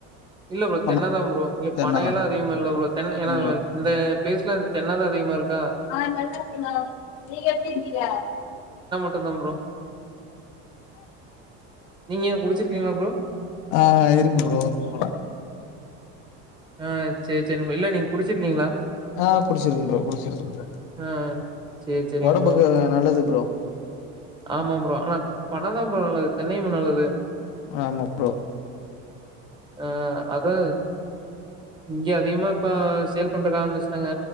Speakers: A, on the right; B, on the left.
A: இல்ல ப்ரோ
B: பணம்
A: தென்னதா ப் ப இங்க
B: தென்னந்தானம்
A: பனையெல்லா அதிகமா இல்ல ப்ரோ தென்னை ஏனா
B: உங்களுக்கு
A: இந்த ப்ளேஸ்ல தென்னதா அதிகமா இருக்கா
B: ஆ நல்லாருக்கேனா நீங்க எப்டி இருக்கீங்க
A: சர்தா ப்ரோ நீங்க குடிச்சிருக்கீங்களா ப்ரோ?
B: ஆ இருக்கு ப்ரோ இருக்கு ப்ரோ
A: ஆ சேர் செரி இல்ல நீங்க குடிச்சிருக்கீங்ளா
B: ஆ புட்ச்சிர்க்கு ப்ரோ புடிச்சிருக்கு ப்ரோ
A: ஆ சரி, சரிங்க
B: ஒடம்புக்கு
A: ப்ரோ.
B: நல்லது ப்ரோ
A: ஆமா ப்ரோ ஆனா பன தா ப்ரோ நல்லது தென்னையுமா நல்லது
B: ஆமா ப்ரோ
A: ஆ அது இங்க அதிகமாப் இப்ப சேல் பண்றக்க ஆரம்பிச்டாங்க